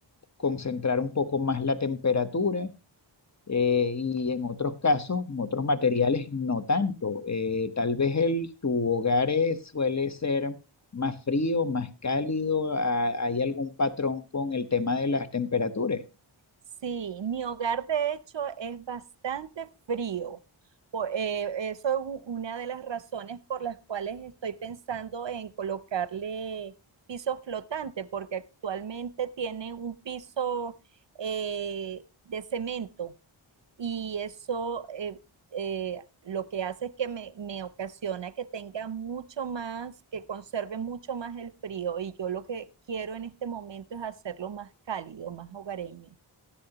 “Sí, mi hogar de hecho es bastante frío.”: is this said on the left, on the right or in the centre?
Right